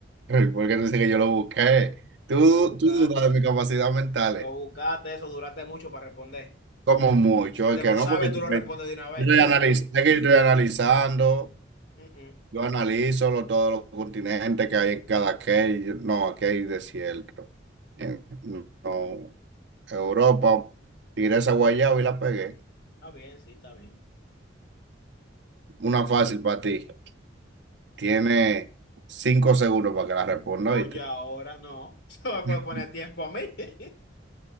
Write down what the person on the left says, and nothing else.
tú lo buscaste,
lo buscaste eso, duraste mucho para responder.
Si te
lo
sabes,
tú lo respondes de una vez.
Puf.
Mm, mm.
Está bien, sí, está bien.
Oye,
ahora no. <laughs> No me puedes
poner tiempo a mí. <laughs>